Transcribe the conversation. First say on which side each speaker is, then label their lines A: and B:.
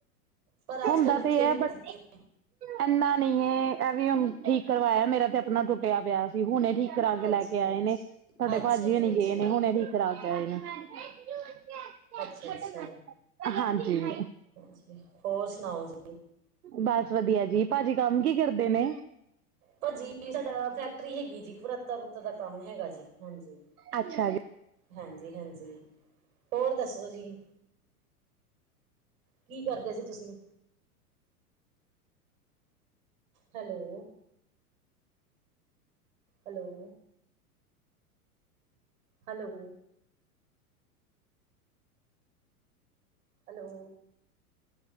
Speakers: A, on the right; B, on the right.
A: ਪਰ
B: ਹੁੰਦਾ
A: ਅੱਜ ਕੱਲ ਕਿੱਥੇ
B: ਤੇ ਐ
A: ਮੰਨਦੇ
B: ਬਟ,
A: ਨੇ।
B: ਐਂਨਾ ਨਹੀ ਏ, ਇਹ ਵੀ ਹੁਣ ਠੀਕ ਕਰਵਾਇਆ, ਮੇਰਾ ਤੇ ਅਪਣਾ ਟੁੱਟਿਆ ਪਿਆ ਸੀ, ਹੁਣੇ ਠੀਕ ਠੀਕ ਕਰਾ ਕੇ
A: ਅੱਛਾ
B: ਲੈਕੇ
A: ਜੀ
B: ਆਏ
A: ਅੱਛਾ
B: ਨੇ, ਤੁਹਾਡੇ
A: ਅੱਛਾ
B: ਭਾਜੀ ਹੁਣੀ
A: ਜੀ ਅੱਛਾ
B: ਗਏ ਨੇ ਹੁਣੇ ਠੀਕ ਕਰਾ ਕੇ ਆਏ ਨੇ <inaudible>
A: ਅੱਛਾ ਅੱਛਾ
B: ਹਾਂਜੀ <inaudible>
A: ਹਾਂਜੀ ਹੋਰ ਸੁਣਾਓ ਜੀ
B: ਬਸ ਵਧੀਆ ਜੀ ਭਾਜੀ ਕੰਮ ਕੀ ਕਰਦੇ ਨੇ?
A: ਭਾਜੀ ਸਾਡਾ ਫੈਕਟਰੀ ਹੈਗੀ ਜੀ ਪਰੱਤਾ ਪਰੁੱਤਾ ਦਾ ਕੰਮ ਹੈਗਾ ਜੀ ਹਾਂਜੀ
B: ਅੱਛਾ ਜੀ।
A: ਹਾਂਜੀ ਹਾਂਜੀ ਹੋਰ ਦੱਸੋ ਜੀ। ਕੀ ਕਰਦੇ ਸੀ ਤੁਸੀ? Hello? Hello. Hello. Hello.